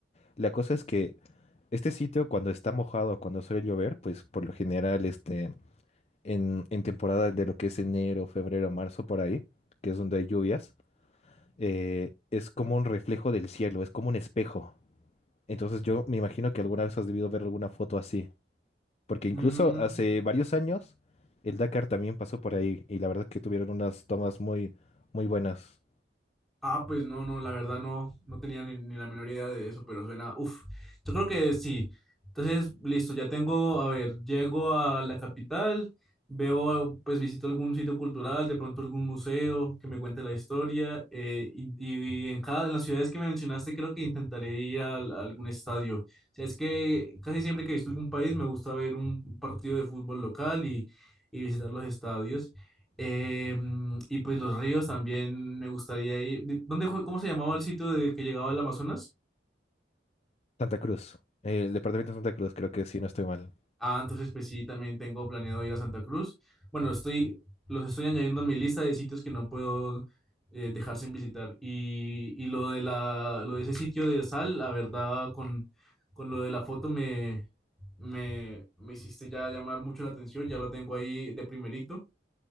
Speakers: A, on the left; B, in the centre.
A: La cosa es que este sitio cuando está mojado, cuando suele llover, pues por lo general este en, en temporada de lo que es enero, febrero, marzo, por ahí, que es donde hay lluvias, eh, es como un reflejo del cielo, es como un espejo. Entonces yo me imagino que alguna vez has debido ver alguna foto así, porque incluso
B: Mm,
A: hace varios años el Dakar también pasó por ahí y la verdad que tuvieron unas tomas muy, muy buenas.
B: Ah, pues no, no, la verdad no, no tenía ni, ni la menor idea de eso, pero suena, uff, yo creo que sí. Entonces, listo, ya tengo, a ver, llego a la capital, veo, pues visito algún sitio cultural, de pronto algún museo que me cuente la historia, eh, y, y en cada, en las ciudades que me mencionaste creo que intentaré ir al- a, algún estadio. O sea, es que casi siempre que he visto algún país me gusta ver un partido de fútbol local y, y visitar los estadios. Eh, y pues los ríos también me gustaría ir. ¿De- ¿Dónde, fue- cómo se llamaba el sitio de que llegaba al Amazonas?
A: Santa Cruz, eh, el departamento de Santa Cruz, creo que sí, no estoy mal.
B: Ah, entonces pues sí, también tengo planeado ir a Santa Cruz. Bueno, estoy, los estoy añadiendo a mi lista de sitios que no puedo eh, dejar sin visitar. Y, y lo de la, lo de ese sitio de sal, la verdad, con, con lo de la foto me, me, me hiciste ya llamar mucho la atención, ya lo tengo ahí de primerito.